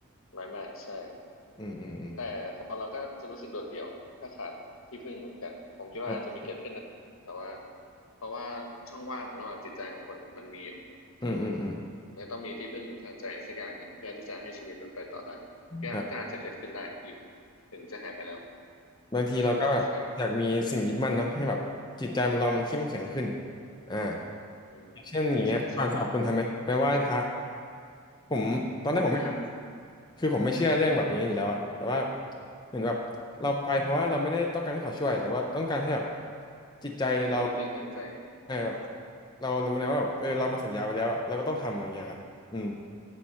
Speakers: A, on the left; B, on the left.
A: น้อยมากใช่
B: อืมอืมอืม
A: แต่คนเราก็จะรู้สึกโดดเดี่ยวถ้าขาดที่พึ่งเหมือนกันผมคิดว่าอาจจะมีเกิดขึ้นนะแต่ว่า
B: ใช่
A: เพราะว่าช่องว่างระหว่างจิตใจของคนอะมันมีอยู่
B: อืมอืมอืม
A: อืมมันต้องมีที่พึ่งทางใจสักอย่างหนึ่งเพื่อที่จะให้ชีวิตมันไปต่อได้ก็ก็อาจจะเกิดขึ้นได้อีก
B: ครับ
A: ถึงจะหายไปแล้ว
B: บางทีเราก็แบบอยากมีสิ่งยึดมั่นเนาะให้แบบจิตใจมันเรามันเข้มแข็งขึ้น
A: อืมใช่
B: อ่า
A: อืม
B: อย่างเช่นอย่างเงี้ยก่อนสอบคุณทำไหมไปไหว้พระ
A: ใช่ใช่
B: ผมตอนแรกผมไม่ทำนะ
A: อืม
B: คือผมไม่เชื่อเรื่องแบบอย่างนี้อยู่แล้วอะแต่ว่าเหมือนแบบเราไปเพราะว่าเราไม่ได้ต้องการให้เขาช่วยแต่ว่าต้องการให้แบบจิตใจเรา
A: เป็นที่พึ่งทางใจ
B: เออแบบ
A: อืม
B: เรารู้นะว่าแบบเออเรามาสัญญาไว้แล้วอะเราก็ต้องทำอะไรเงี้ยครับอืม